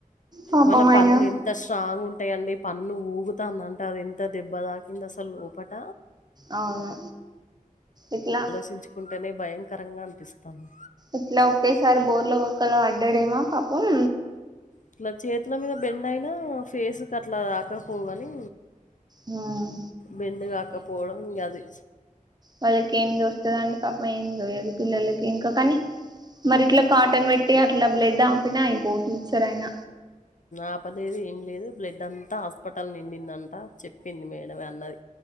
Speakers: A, on the right; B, on the left.
A: పాపం
B: మన
A: ఆయన
B: పండ్లు ఎంత ఎంత స్ట్రాంగ్ ఉంటయండి పన్ను ఊగుతాందంటే అది ఎంత దెబ్బ తాకింది అసలు లోపట
A: అవును ఇట్లా
B: చించుకుంటేనే భయంకరంగా అనిపిస్తాంది
A: ఇట్ల ఒకేసారి బోర్ల బొక్కల పడ్డడేమో పాపం
B: ఇట్ల చేతుల మీద బెండ్ అయినా ఫేస్కట్లా తాకకపోవు గాని
A: హ్మ్
B: బెండు కాకపోవడం ఇంగది
A: వాళ్లకేం తోస్తదండి పాపం ఏమి తోయదు పిల్లలకి ఇంకా కానీ మరి ఇట్ల కాటన్ పెట్టి అట్ల బ్లడ్ ఆపిన అయిపోవు టీచర్ ఆయిన
B: ఆపలేదు ఏం లేదు బ్లడ్ అంతా హాస్పటల్ నిండిందంట చెప్పింది మేడమే అన్నది